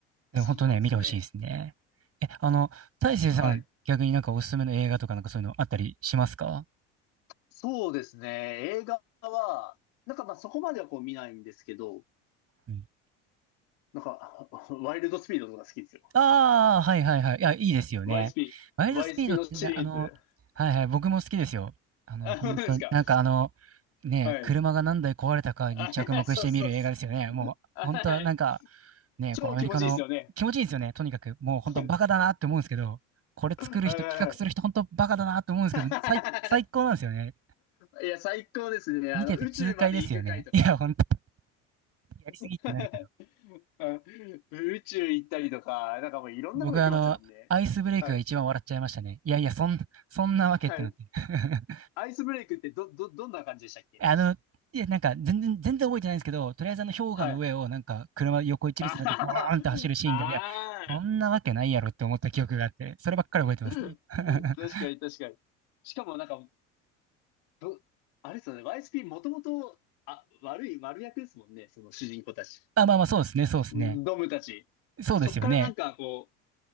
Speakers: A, on the right; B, on the left.
A: でも本当ね、
B: そうなんですね。
A: 見てほしいですね。え、あの、大成さん、
B: はい。
A: 逆になんかおすすめの映画とかなんかそういうのあったりしますか
B: そうですね。映画は、なんかまあそこまではこう見ないんですけど、
A: うん
B: なんか、<laughs> ワイルドスピードとか好きですよ。
A: ああ、はいはいはい。いや、いいですよね。
B: YSP。
A: ワイルドスピードってな、
B: YSP のシリーズ。
A: あの、はいはい、僕も好きですよ。あの、
B: あ、
A: 本当に、
B: そうですか。
A: なんかあの、ね、
B: はい。
A: 車が何台壊れたかに着目して見る映画ですよね。
B: あ、そうそうそう。
A: もう、
B: はい。
A: 本当はなんか、ね、
B: 超気持ちいいですよね。
A: こうアメリカの気持ちいいですよね。とにかく、もう本当バカだなって思うんですけど、
B: はい
A: これ作る人、
B: は
A: 企画する人、
B: い
A: 本当バカだなって思うんですけど、
B: は
A: 最、最高なんですよね。
B: い <laughs> いや、最高ですね。
A: 見てて痛快ですよね。
B: あの、宇宙まで行く回とか。
A: いや、本当にやりすぎってなるけど。
B: <laughs> うん宇宙行ったりとか、なんかもういろんなとこ行きますもんね。
A: 僕はあの、アイスブレイクが一番笑っちゃいましたね。
B: はい。
A: いやいや、そん、そんなわけってなって。
B: はい。
A: <laughs>
B: アイスブレイクってど、ど、どんな感じでしたっけ確
A: あの、いや、なんか全然、全然覚えてないんですけど、とりあえずあの氷河の上をなんか車横一列になってボーンって走るシーンが、
B: かはい。ああ、
A: いや、そんなわけないやろって思った記憶があって、
B: あ
A: そればっかり覚えてますね。
B: ー <laughs>
A: <laughs>
B: 確かに確かに。しかもなんか、ど、あれですよね、YSP もともと、あ、悪い、悪役ですもんね、その主人公たち。
A: あ、まあまあ、そうですね、そうですね。
B: ドムたち。
A: そうですよね。
B: そっからなんかこう、